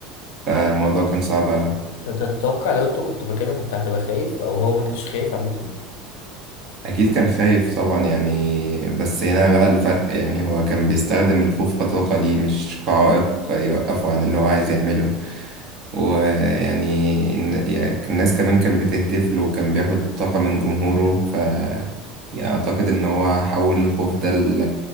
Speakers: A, on the right; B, on the left.
A: فالموضوع كان صعب اوي
B: انت تتوقع لو انت كنت مكانه كنت هتبقى خايف او هو ما كانش خايف عامة
A: أكيد كان خايف طبعا يعني بس هنا بقى الفرق يعني هو كان بيستخدم الخوف كطاقة ليه مش كعائق يوقفه عن اللي هو عايز يعمله ويعني الن- يعني الناس كمان كان بتهتف له وكان بياخد طاقة من جمهوره ف يعني أعتقد إن هو حول الخوف ده ل